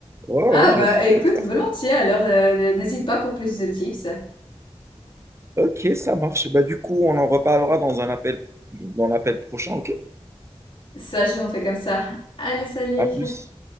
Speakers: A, on the right (about 25°); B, on the left (about 45°).
A: Ouais, ouais,
B: ah
A: je
B: bah
A: vais le faire,
B: écoute,
A: je vais le faire.
B: volontiers. Alors, euh, n'hésite pas pour plus de tips.
A: Ok, ça marche. Bah, du coup, on en reparlera dans un appel, dans l'appel prochain, ok?
B: Ça joue, on fait comme ça. Allez, salut!
A: À plus.